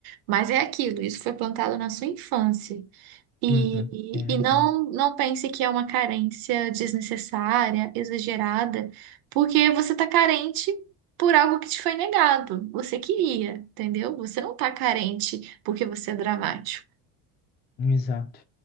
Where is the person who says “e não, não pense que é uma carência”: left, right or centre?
Right